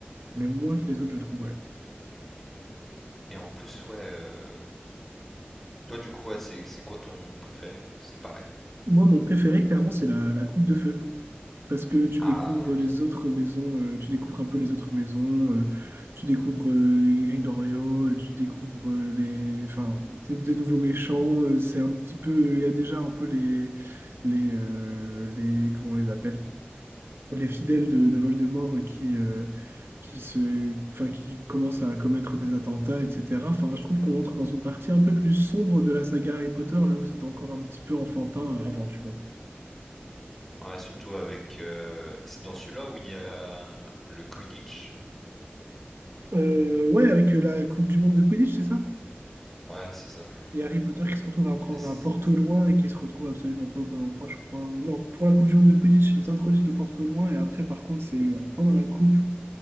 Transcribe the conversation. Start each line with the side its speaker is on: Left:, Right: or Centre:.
Right: mais moins que les autres, je trouve. ouais.
Centre: et en plus, ouais. euh, Toi, du coup, ouais, c'est c'est quoi ton préféré? C'est pareil?
Right: Moi, mon préféré, clairement, c'est la, la coupe de feu. Parce que tu
Centre: Ah
Right: découvres les
Centre: oui.
Right: autres maisons, euh, tu découvres un peu les autres maisons, euh, tu découvres euh, Grigorio, euh, tu découvres euh, les, enfin, des, des nouveaux méchants. euh, c'est un petit peu, il y a déjà un peu les, les, euh, les, comment on les appelle? Les fidèles de, de Voldemort euh, qui, euh, qui se, enfin, qui commencent à commettre des attentats, etc. Enfin, je trouve qu'on entre dans une partie un peu plus sombre de la saga Harry Potter, là où c'était encore un petit peu enfantin euh, avant, tu vois.
Centre: Ouais, surtout avec. euh, C'est dans celui-là où il y a le Quidditch.
Right: Euh, ouais, avec euh, la Coupe du Monde de Quidditch, c'est ça?
Centre: Ouais, c'est ça.
Right: Et Harry Potter qui se retrouve à prendre
Centre: Et c'est-
Right: un Porto loin et qui se retrouve absolument pas au bon endroit, je crois. Ou non, pour la Coupe du Monde de Quidditch, ils introduisent le Porto loin et après, par contre, c'est euh, pendant la coupe,